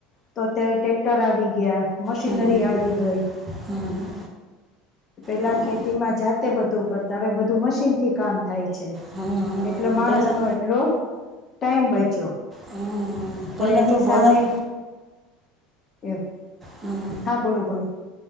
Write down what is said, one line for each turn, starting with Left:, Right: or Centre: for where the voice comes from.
Left: તો અત્યારે ટેક્ટર આવી ગયા. મશીનરી
Right: હમ
Left: આવી ગઈ.
Right: હમ હમ
Left: પેલા
Right: હા
Left: ખેતી માં જાતે બધું કરતા હ બધું મશીન થી કામ થાય છે.
Right: હમ
Left: એટલે માણસ
Right: પેલા
Left: નો એટલો ટાઈમ બયચો.
Right: હમ
Left: પણ
Right: પેલા
Left: એની
Right: તો
Left: સામે
Right: બળદ
Left: એમ
Right: હમ
Left: હા, બોલો બોલો.